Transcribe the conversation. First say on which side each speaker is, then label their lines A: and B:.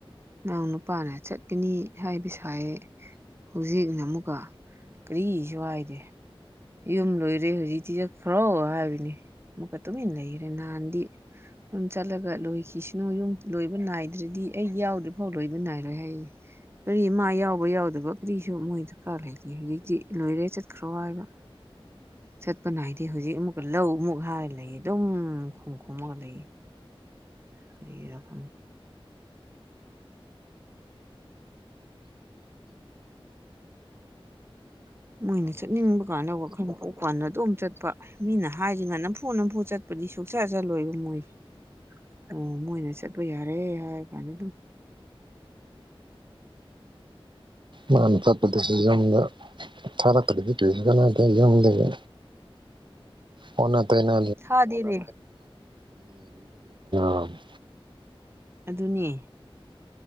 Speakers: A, on the right; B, on the right.
A: ꯅꯪ ꯅꯨꯄꯥꯅ ꯆꯠꯀꯅꯤ ꯍꯥꯏꯕꯁꯨ ꯍꯥꯏ ꯍꯧꯖꯤꯛꯅ ꯑꯃꯨꯛꯀ ꯀꯔꯤꯁꯨ ꯍꯥꯏꯗꯦ ꯌꯨꯝ ꯂꯣꯏꯔꯦ ꯍꯧꯖꯤꯛꯇꯤꯖ ꯈꯔꯥꯎ ꯍꯥꯏꯕꯅꯦ ꯑꯃꯨꯛꯀ ꯇꯨꯃꯤꯟꯅ ꯂꯩꯈꯔꯦ ꯅꯍꯥꯟꯗꯤ ꯌꯨꯝ ꯆꯠꯂꯒ ꯂꯣꯏꯈꯤꯁꯤꯅꯨ ꯌꯨꯝ ꯂꯣꯏꯕ ꯅꯥꯏꯗ꯭ꯔꯗꯤ ꯑꯩ ꯌꯥꯎꯗ꯭ꯔꯤꯐꯥꯎ ꯂꯣꯏꯕ ꯅꯥꯏꯔꯣꯏ ꯍꯥꯏꯌꯦ ꯀꯔꯤ ꯃꯥ ꯌꯥꯎꯕ ꯌꯥꯎꯗꯕ ꯀꯔꯤꯁꯨ ꯃꯣꯏ ꯗꯔꯀꯥꯔ ꯂꯩꯒꯦ ꯍꯧꯖꯤꯛꯇꯤ ꯂꯣꯏꯔꯦ ꯆꯠꯈ꯭ꯔꯣ ꯍꯥꯏꯕ ꯆꯠꯄ ꯅꯥꯏꯗꯤ ꯍꯧꯖꯤꯛ ꯑꯃꯨꯛꯀ ꯂꯧ ꯑꯃꯨꯛ ꯍꯥꯏꯔꯒ ꯂꯩꯌꯦ ꯑꯗꯨꯝ ꯈꯣꯝ ꯈꯣꯝꯃꯒ ꯂꯩꯌꯦ ꯀꯔꯤꯔꯗ ꯃꯣꯏꯅ ꯆꯠꯅꯤꯡꯕ ꯀꯥꯟꯗ ꯋꯥꯈꯜꯄꯥꯟꯅ ꯑꯗꯨꯝ ꯆꯠꯄ ꯃꯤꯅ ꯍꯥꯏꯁꯤ ꯉꯥ ꯅꯝꯐꯨ ꯅꯝꯐꯨ ꯆꯠꯄꯗꯤ ꯁꯨꯆ ꯆꯜꯂꯣꯏꯕ ꯃꯣꯏ ꯑꯣ ꯃꯣꯏꯅ ꯆꯠꯄ ꯌꯥꯔꯦ ꯍꯥꯏꯔ ꯀꯥꯟꯗ ꯑꯗꯨꯝ
B: ꯃꯥꯅ ꯇꯠꯄꯗꯁꯨ ꯌꯨꯝꯗ ꯊꯥꯔꯛꯇ꯭ꯔꯗꯤ ꯀꯤꯔ ꯀꯗ ꯌꯨꯝꯗꯒꯤ ꯑꯣꯟꯅ ꯇꯩꯅ
A: ꯊꯥꯗꯦꯅꯦ
B: <unintelligible>
A: ꯑꯗꯨꯅꯦ